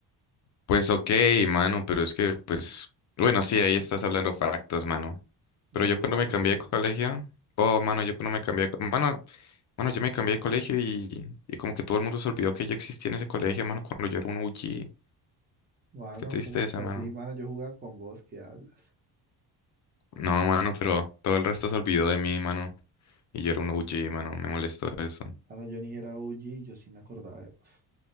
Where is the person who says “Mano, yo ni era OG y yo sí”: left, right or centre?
Right